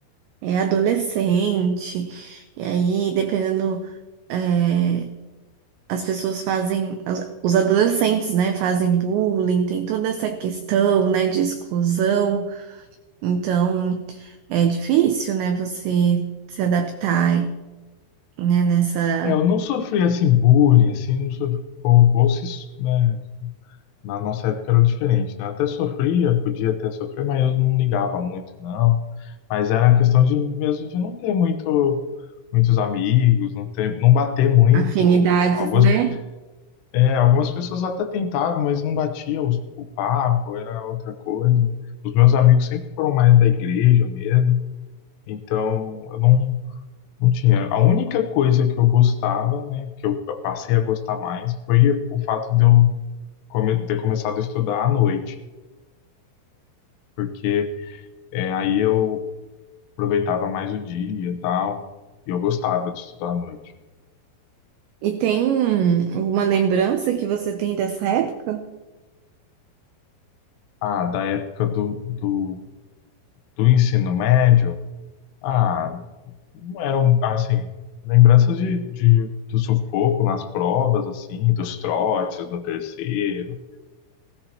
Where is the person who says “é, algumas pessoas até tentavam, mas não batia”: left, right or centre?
Left